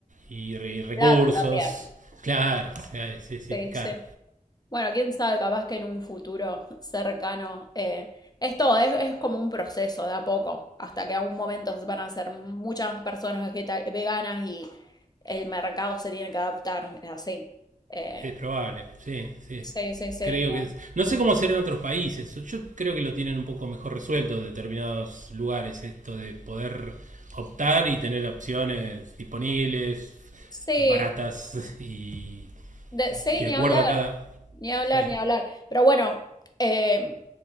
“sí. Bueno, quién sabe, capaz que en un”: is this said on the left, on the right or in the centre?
Left